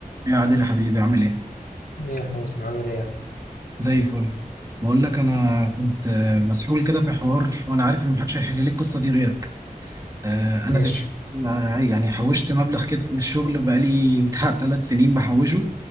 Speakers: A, on the right (about 25°); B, on the left (about 85°).
A: يا عادل يا حبيبي عامل ايه؟
B: ايه يا حازم عامل ايه يا عم
A: زي الفل بقول لك انا كنت آه، مسحول كده في حوار وانا عارف ان محدش هيحل لي القصه دي غيرك آه، انا
B: ماشي
A: دلوقتي آه، يعني حوشت مبلغ كده من الشغل بقالي <laughs> بتاع ثلاث سنين بحوشه